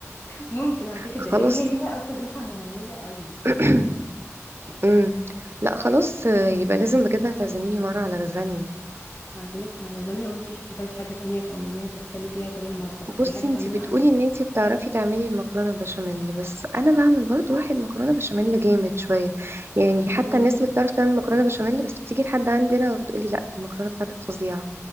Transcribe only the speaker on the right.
خلاص
<clears throat> أمم. لا خلاص آه، يبقى لازم بجد هتعزميني مرة على لازانيا
بصي
انت
بتقولي
ان انت بتعرفي تعملي المكرونه البشاميل بس انا بعمل برضو واحد مكرونه بشاميل جامد شويه يعني
حتى الناس اللي بتعرف تعمل مكرونه بشاميل بس بتيجي لحد عندنا وتقولي لا المكرونه بتاعتك فظيعه